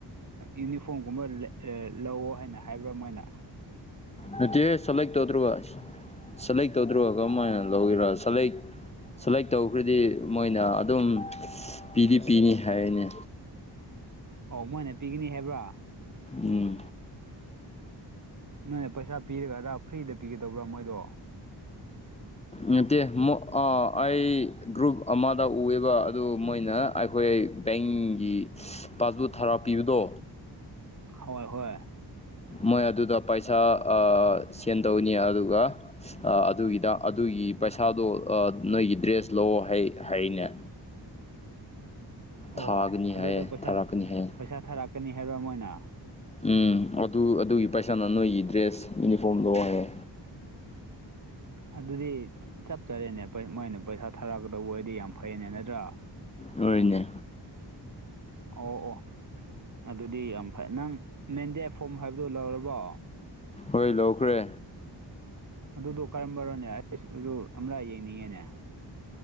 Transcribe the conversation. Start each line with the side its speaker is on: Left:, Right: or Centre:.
Right: ꯌꯨꯅꯤꯐꯣꯔꯝꯒꯨꯝꯕ ꯂꯧꯑꯣ ꯍꯥꯏꯅ ꯍꯥꯏꯕ꯭ꯔꯥ ꯃꯣꯏꯅ
Left: ꯅꯇꯦꯦ ꯁꯂꯦꯛ ꯇꯧꯗ꯭ꯔꯣꯕ ꯁꯦꯂꯦꯛ ꯇꯧꯗ꯭ꯔꯣꯕ ꯀꯔꯝꯍꯥꯏꯅ ꯂꯧꯒꯔ ꯁꯂꯦꯛ ꯁꯣꯂꯦꯛ ꯇꯧꯈ꯭ꯔꯗꯤ ꯃꯣꯏꯅ ꯑꯗꯨꯝ ꯄꯤꯗꯤ ꯄꯤꯅꯤ ꯍꯥꯏꯔꯤꯅꯤ
Right: ꯑꯣ ꯃꯣꯏꯅ ꯄꯤꯒꯅꯤ ꯍꯥꯏꯕ꯭ꯔꯥ
Left: ꯎꯝ
Right: ꯅꯪꯅꯦ ꯄꯩꯁꯥ ꯄꯤꯔꯒ ꯑꯗꯥ ꯐ꯭ꯔꯤꯗ ꯄꯤꯒꯗꯕ꯭ꯔꯥ ꯃꯣꯏꯗꯣ
Left: ꯅꯠꯇꯦ ꯑꯩ ꯒ꯭ꯔꯨꯞ ꯑꯃꯗ ꯎꯑꯦꯕ ꯑꯗꯨ ꯃꯣꯏꯅ ꯑꯩꯈꯣꯏ ꯕꯦꯡꯒꯤ ꯄꯥꯁꯕꯨꯛ ꯊꯔ ꯄꯤꯕꯗꯣ
Right: ꯍꯣꯏ ꯍꯣꯏ
Left: ꯃꯣꯏ ꯑꯗꯨꯗ ꯄꯩꯁꯥ ꯁꯦꯟ ꯇꯧꯅꯤ ꯑꯗꯨꯒ ꯑꯗꯨꯒꯤꯗ ꯑꯗꯨꯒꯤ ꯄꯩꯁꯥꯗꯣ ꯅꯣꯏꯒꯤ ꯗ꯭ꯔꯦꯁ ꯂꯑꯣ ꯍꯥꯏꯅꯦ
Right: ꯑꯣ
Left: ꯊꯥꯒꯅꯤ
Right: ꯑꯗꯨꯗ
Left: ꯍꯥꯏꯌꯦ
Right: ꯄꯩꯁꯥ
Left: ꯊꯥꯔꯛꯀꯅꯤ ꯍꯥꯏꯌꯦ
Right: ꯄꯩꯁꯥ ꯊꯥꯔꯛꯀꯅꯤ ꯍꯥꯏꯕꯔ ꯑꯃ ꯃꯣꯏꯅ
Left: ꯎꯝ ꯑꯗꯨ ꯑꯗꯨꯒꯤ ꯄꯩꯁꯥꯅ ꯅꯣꯏꯒꯤ ꯗ꯭ꯔꯦꯁ ꯌꯨꯅꯤꯐꯣꯔꯝꯗꯣ ꯍꯡꯉꯦ
Right: ꯑꯗꯨꯗꯤ ꯆꯞ ꯆꯔꯦꯅꯦ ꯃꯣꯏꯅ ꯄꯩꯁꯥ ꯊꯥꯔꯛꯀꯗꯧꯕ ꯑꯣꯏꯗꯤ ꯌꯥꯝ ꯐꯩꯅꯦ ꯅꯠꯇ꯭ꯔꯥ
Left: ꯍꯅꯦ
Right: ꯑꯣ ꯑꯣ ꯑꯗꯨꯗꯤ ꯌꯥꯝ ꯐꯩ ꯅꯪ ꯃꯦꯟꯗꯦ ꯐꯣꯝ ꯍꯥꯏꯕꯗꯨꯣ ꯂꯧꯔꯕꯣ
Left: ꯍꯣꯏ ꯂꯧꯈ꯭ꯔꯦ
Right: ꯑꯗꯨꯗꯣ ꯀꯔꯝꯕꯅꯣꯅꯦ ꯑꯩꯁ ꯎ ꯑꯃꯂ ꯌꯦꯡꯅꯤꯡꯉꯦꯅꯦ